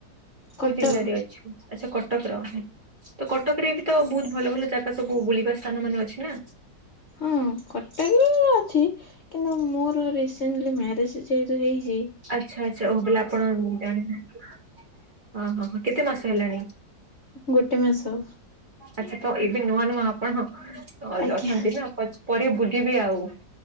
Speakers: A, on the right; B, on the left.
A: କୋଉ
B: କଟକ
A: ଜିଲ୍ଲାରେ ଅଛି ଆଚ୍ଛା କଟକର ହୁଁ ତ କଟକରେ ବି ତ ବୋହୁତ ଭଲ ଭଲ ଜା ଗା ସବୁ ବୁଲିବା ସ୍ତାନ ମାନ ଅଛି ନା।
B: ହଁ କଟକରେ ଅଛି। କିନ୍ତୁ ମୋର ରସେଣ୍ଟଲି ମ୍ୟାରେଜେ ଯେହେତୁ ହେଇଚି
A: ଆଚ୍ଛା ଆଚ୍ଛା ଓହୋ ବେଲେ ଆପଣ ଜାଣିନାହାନ୍ତି ଓହୋ ହୋ କେତେ ମାସ ହେଲାଣି?
B: ଗୋଟେ ମାସ।
A: ଆଚ୍ଛା ତ ଏବେ ନୂଆ ନୂଆ ଆପଣ ହଁ ଅ
B: ଆଜ୍ଞା
A: ଅଛନ୍ତି ନା ପଛ୍ ପରେ ବୁଲିବେ ଆଉ।